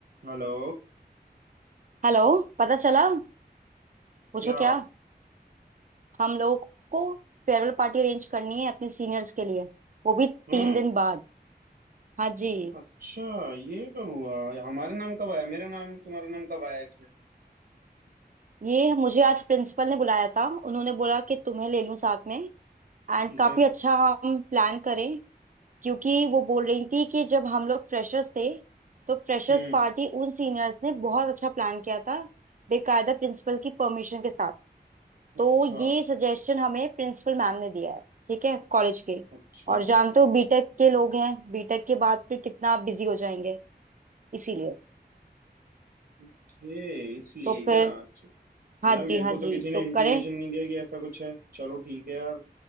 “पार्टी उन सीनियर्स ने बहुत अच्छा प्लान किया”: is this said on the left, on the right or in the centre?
Right